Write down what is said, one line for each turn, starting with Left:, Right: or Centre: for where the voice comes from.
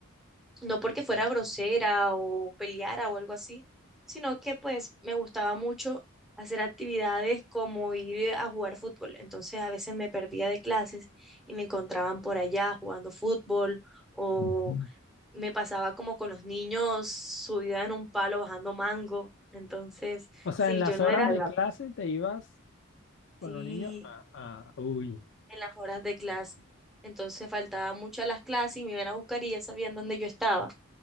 Centre: no porque fuera grosera o peleara o algo así, sino que pues me gustaba mucho hacer actividades como ir a jugar fútbol. Entonces a veces me perdía de clases y me encontraban por allá jugando fútbol o
Left: Ujú.
Centre: me pasaba como con los niños subida en un palo bajando mango. Entonces,
Left: O sea,
Centre: si
Left: en las
Centre: yo no
Left: horas
Centre: era
Left: de clase te ibas con
Centre: así
Left: los niños a... a- Uy,
Centre: en las horas de clase, entonces faltaba mucho a las clases y me iban a buscar y ya sabían dónde yo estaba.